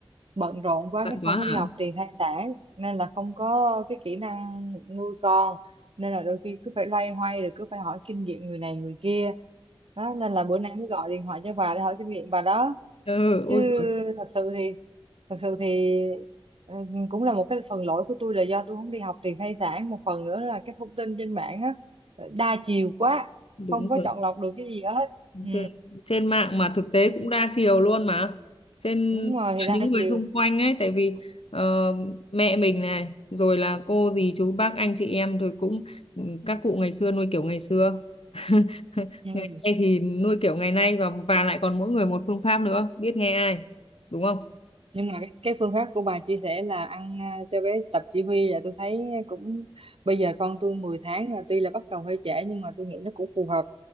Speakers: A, on the right (about 75°); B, on the left (about 80°).
A: bận rộn quá
B: bận
A: cái
B: quá
A: không có đi
B: hả
A: học tiền thai sản nên là không có cái kỹ năng nuôi con nên là đôi khi cứ phải loay hoay rồi cứ phải hỏi kinh nghiệm người này người kia đó nên là bữa nay mới gọi điện thoại cho bà để hỏi kinh nghiệm bà đó
B: ừ ôi
A: chứ
B: giời
A: thật sự thì thật sự thì ừ, cũng là một cái phần lỗi của tôi là do tôi không đi học tiền thai sản một phần nữa là cái thông tin trên mạng á đa chiều quá
B: đúng
A: không có
B: rồi
A: chọn lọc được cái gì hết ừ
B: trên trên mạng mà thực tế cũng đa chiều luôn mà trên
A: đúng rồi
B: tức là
A: thì đa
B: những người
A: chiều
B: xung quanh ấy tại vì ờ, mẹ mình này rồi là cô dì chú bác anh chị em rồi cũng ừ, các cụ ngày xưa nuôi kiểu ngày xưa <laughs>
A: ừ.
B: ngày nay thì nuôi kiểu ngày nay và và lại còn mỗi người một phương pháp nữa biết nghe ai đúng không
A: nhưng mà cái, cái phương pháp của bà chia sẻ là ăn à, cho bé tập chỉ huy là tôi thấy cũng bây giờ con tôi 10 tháng là tuy là bắt đầu hơi trễ nhưng mà tôi nghĩ nó cũng phù hợp